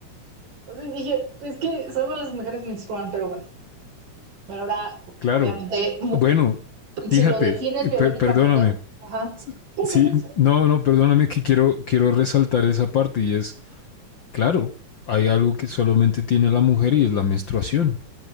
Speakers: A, on the right; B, on the left.
A: O sea, dije, es que solo las mujeres menstruan, pero bueno, pero ahora,
B: claro.
A: obviamente, mu-
B: Bueno,
A: si
B: fíjate,
A: lo defines
B: eh,
A: biológicamente,
B: per- perdóname.
A: ajá,
B: S-
A: sí,
B: Sí,
A: sí, sí, sí,
B: no, no, perdóname que quiero, quiero resaltar esa parte y es, claro, hay algo que solamente tiene la mujer y es la menstruación.